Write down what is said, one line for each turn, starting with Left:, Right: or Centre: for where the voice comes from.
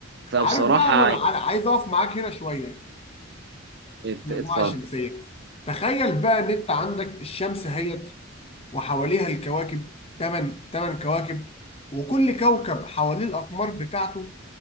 Right: فبصراحه
Left: عارف بقى ما انا
Right: يعني
Left: عا- عايز اقف معاك هنا شويه
Right: ات-
Left: المجموعه
Right: اتفضل
Left: الشمسيه تخيل بقى ان انت عندك الشمس اهيت وحواليها الكواكب 8 8 كواكب وكل كوكب حواليه الأقمار بتاعته